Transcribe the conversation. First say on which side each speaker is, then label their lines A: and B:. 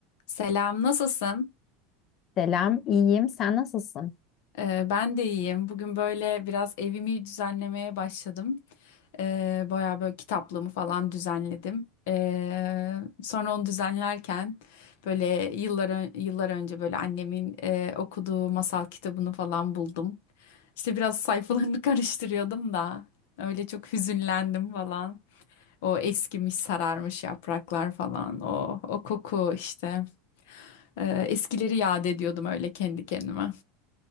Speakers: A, on the left; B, on the left.
A: Selam, nasılsın?
B: Selam, iyiyim. Sen nasılsın?
A: Ee, ben de iyiyim. Bugün böyle biraz evimi düzenlemeye başladım. Ee, bayağı böyle kitaplığımı falan düzenledim. Ee, sonra onu düzenlerken böyle yıllar ön- yıllar önce böyle annemin e, okuduğu masal kitabını falan buldum. İşte biraz sayfalarını <laughs> karıştırıyordum da öyle çok hüzünlendim falan. O eskimiş, sararmış yapraklar falan. O o koku işte. Ee, eskileri yad ediyordum öyle kendi kendime.